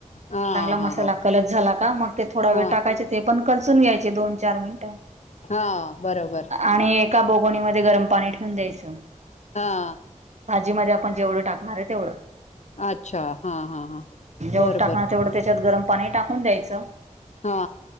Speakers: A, on the left; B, on the right.
A: हा
B: चांगला
A: हा
B: मसाला
A: हा
B: कलत झाला का मग ते थोडा वेळ
A: हा
B: टाकायचे ते पण कलचून घ्यायचे दोन चार मिनिटं.
A: हा बरोबर
B: आणि एका बोगोनीमध्ये गरम पाणी ठेवून द्यायचं
A: हा
B: भाजी मधे आपण जेवढं टाकणार हे तेवढं.
A: अच्छा हा हा हा
B: जेवढ
A: बर
B: टाकणार
A: बर
B: तेवढं त्याच्यात गरम पाणी टाकून द्यायचं.
A: हा.